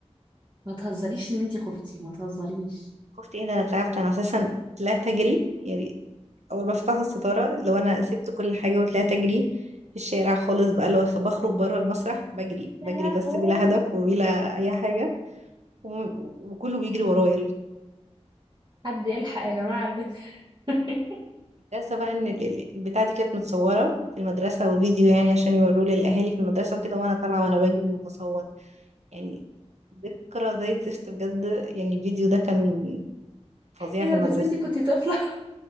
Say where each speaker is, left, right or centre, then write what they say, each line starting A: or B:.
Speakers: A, on the right; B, on the right.
A: ما تهزريش ان انتي خفتي ما تهزريش
B: خفت ايه ده انا تعبت انا اساسا طلعت اجري يعني اول ما فتحوا الستاره لو انا سبت كل حاجه وطلعت اجري في الشارع خالص بقى لو بخرج بره المسرح بجري بجري
A: يا لهوي
B: بس بلا هدف وبلا اي حاجه و- وكله بيجري ورايا
A: حد يلحق يا جماعة على البنت <laughs>
B: الكارثه بقى ان ال- ال- البتاعه دي كانت متصوره في المدرسه وفيديو يعني عشان يوروه للاهالي في المدرسه وكده وانا طالعه وانا بجري وبصور يعني ذكرى زي الزفت بجد يعني الفيديو ده كان فظيع
A: ايه
B: في
A: ده
B: المدرسه
A: بس انتي كنتي طفلة <laughs>